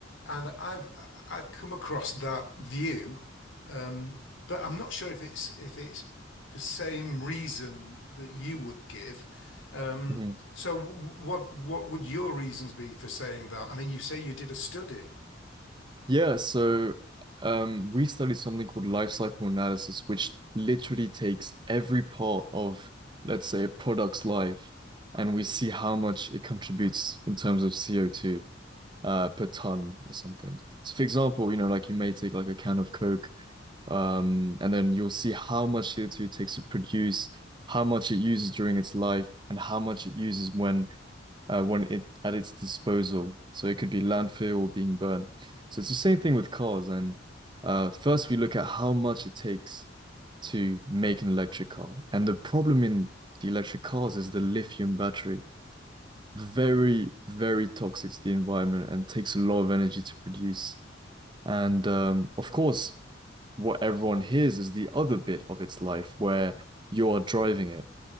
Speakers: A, on the left; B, on the right.
A: and I've I've come across that view, um, but I'm not sure if it's if it's the same reason that you would give. Um,
B: mhm.
A: so w- what what would your reasons be for saying that? I mean, you say you did a study.
B: Yeah, so um, we studied something called life cycle analysis, which literally takes every part of, let's say, a product's life, and we see how much it contributes in terms of CO2. uh, per ton or something. So for example, you know, like you may take like a can of Coke, um, and then you'll see how much CO2 it takes to produce, how much it uses during its life, and how much it uses when uh, when it at its disposal. So it could be landfill or being burned. So it's the same thing with cars. And uh, first we look at how much it takes to make an electric car. And the problem in the electric cars is the lithium battery very, very toxic to the environment and takes a lot of energy to produce. And um, of course, what everyone hears is the other bit of its life where you are driving it.